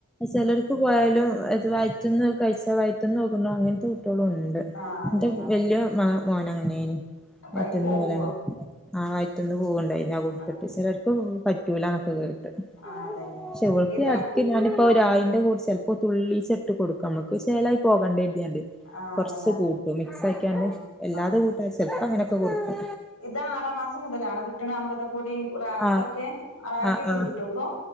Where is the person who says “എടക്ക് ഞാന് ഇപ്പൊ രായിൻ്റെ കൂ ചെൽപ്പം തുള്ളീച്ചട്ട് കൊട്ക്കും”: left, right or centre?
Centre